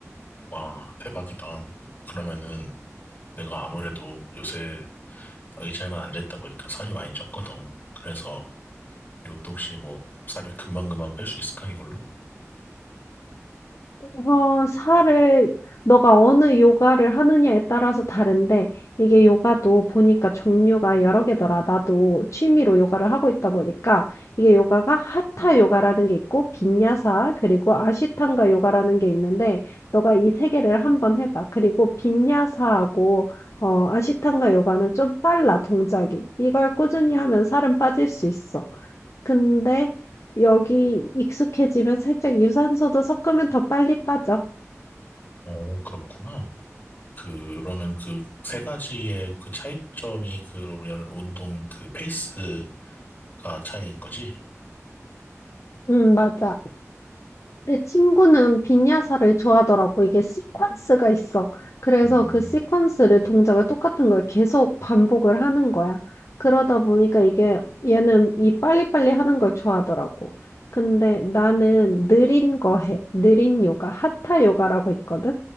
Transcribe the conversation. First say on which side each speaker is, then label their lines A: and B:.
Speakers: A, on the left; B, on the left.
A: 와 대박이다. 그러면은 내가 아무래도 요새 의자에만 앉아있다 보니까 살이 많이 쪘거든. 그래서 이것도 혹시 뭐 살을 금방금방 뺄 수 있을까 이걸로?
B: 어, 살을 너가 어느 요가를 하느냐에 따라서 다른데 이게 요가도 보니까 종류가 여러 개더라. 나도 취미로 요가를 하고 있다 보니까 이게 요가가 하타 요가라는 게 있고 빈야사 그리고 아시탄가 요가라는 게 있는데 너가 이 세 개를 한번 해봐. 그리고 빈야사하고 어, 아시탄가 요가는 좀 빨라 동작이. 이걸 꾸준히 하면 살은 빠질 수 있어. 근데 여기 익숙해지면 살짝 유산소도 섞으면 더 빨리 빠져.
A: 어, 그렇구나. 그러면 그 세 가지의 그 차이점이 그 우리는 운동 그 페이스가 차이인 거지?
B: 음 맞아. 내 친구는 빈야사를 좋아하더라고. 이게 시퀀스가 있어. 그래서
A: 음,
B: 그 시퀀스를 동작을 똑같은 걸 계속 반복을 하는 거야. 그러다 보니까 이게 얘는 이 빨리빨리 하는 걸 좋아하더라고. 근데 나는 느린 거 해. 느린 요가, 하타 요가라고 있거든.